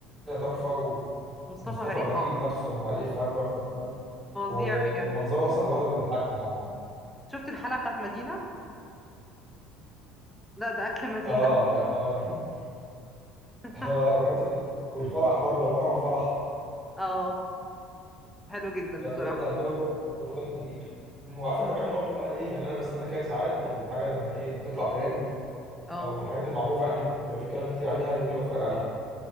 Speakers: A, on the right (about 15°); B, in the centre.
A: تحفه
B: مصطفى
A: ومصطفى
B: غريب
A: غريب
B: اه
A: نفسه عليه افيهات تحفه كده
B: فظيع
A: ومنظره
B: بجد
A: اصلا لوحده بيضحكني طبعا
B: شفت الحلقة بتاعت مدينة لا ده اكل مدينة
A: اه يا خرابي
B: <laughs>
A: <laughs> اه وحته والفرح برضه لما راحوا الفرح
B: اه حلو جدا
A: لا
B: بصراحة
A: بجد يعني له له فقرات كتير أمم، وعارفه تابعت برضه بقى ايه يعني انا بستنى كده ساعات الحاجه لما ايه تطلع ترند
B: اه
A: او الحاجات المعروفه يعني اللي بيبقى في كلام كتير عليها دي اللي بتفرج عليها